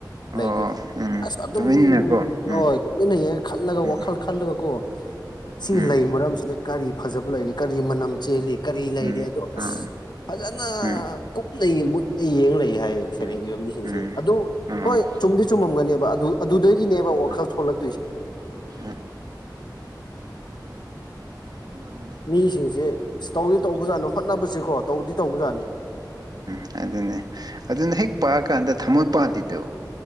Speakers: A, on the right; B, on the left.
A: ꯑꯣ
B: ꯂꯩꯗꯨꯗ
A: ꯎꯝ
B: ꯑꯁ ꯑꯗꯨꯝ
A: ꯇꯨꯃꯤꯟꯅꯀꯣ ꯎꯝ
B: ꯍꯣꯏꯣꯏ ꯇꯨꯃꯤꯟꯅ ꯌꯦꯡꯂꯒ ꯈꯜꯂꯒ
A: ꯎꯝ
B: ꯋꯥꯈꯜ ꯈꯜꯂꯒ ꯀꯣ ꯁꯤꯒꯤ
A: ꯎꯝ
B: ꯂꯩ ꯃꯔꯝꯁꯤꯗ ꯀꯔꯤ ꯐꯖꯕ ꯂꯩꯔꯤ ꯀꯔꯤ ꯃꯅꯝ ꯆꯦꯜꯂꯤ ꯀꯔꯤ ꯂꯩꯔꯤ
A: ꯎꯝ
B: ꯑꯗꯣ ꯑꯁ
A: ꯑꯥ
B: ꯐꯖꯅ
A: ꯎꯝ
B: ꯀꯨꯞꯅ ꯃꯨꯟꯅ ꯌꯦꯡ ꯂꯩꯌꯦ ꯍꯥꯏ ꯁꯩꯔꯦꯡꯏꯕ
A: ꯎꯝ
B: ꯃꯤꯁꯤꯡꯁꯦ
A: ꯎꯝ
B: ꯑꯗꯨ
A: ꯑꯥ
B: ꯍꯣꯏ ꯆꯨꯝꯗꯤ ꯆꯨꯝꯃꯝꯒꯅꯦꯕ ꯑꯗꯨ ꯑꯗꯨꯗꯒꯤꯅꯦꯕ ꯋꯥꯈꯜ
A: ꯑꯥ
B: ꯊꯣꯛꯂꯛ
A: ꯎꯝ ꯎꯝ
B: ꯃꯤꯁꯤꯡꯁꯦ ꯇꯧꯗꯤ ꯇꯧꯕꯖꯥꯠꯅꯤ ꯍꯣꯠꯅꯕꯁꯤꯦꯀꯣ ꯇꯧꯗꯤ ꯇꯧꯕꯖꯥꯠꯅꯤ
A: ꯎꯝ ꯑꯗꯨꯅꯦ ꯑꯗꯨꯅ ꯍꯦꯛ ꯄꯥꯛꯑꯀꯥꯟꯗ ꯊꯃꯣꯏ ꯄꯥꯟꯗꯤꯗꯨ